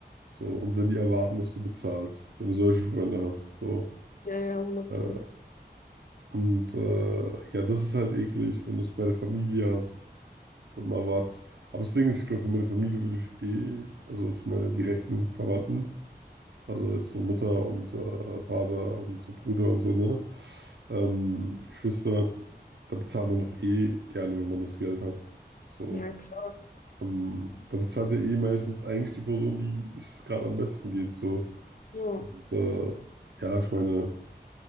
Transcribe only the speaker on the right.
so, und wenn die erwarten, dass du bezahlst, wenn du solche Freunde hast, so.
Äh,
und äh, ja, das ist halt eklig, wenn du es bei der Familie hast. und mal wartest. Aber das Ding ist, ich glaube, für meine Familie würde ich eh, also für meine direkten Verwandten, also jetzt so Mutter und äh, Vater und so Bruder und so, ne? Ähm, Geschwister, da bezahlt man doch eh gerne, wenn man das Geld hat. So.
Ähm, da bezahlt ja eh meistens eigentlich die Person, die es gerade am besten geht. So.
Und, äh, ja, ich meine,